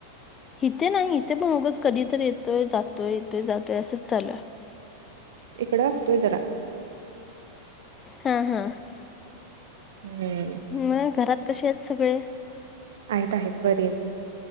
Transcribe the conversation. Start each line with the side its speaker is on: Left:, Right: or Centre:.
Left: हिते नाई इथे पन उगच कदी तर येतोय जातोय येतोय जातोय असंच चालूय.
Right: ईकडं आसतोय जरा.
Left: हा. हा.
Right: हम्म.
Left: मग घरात कशी आहेत सगळे?
Right: आहेत आहेत बरे आहेत.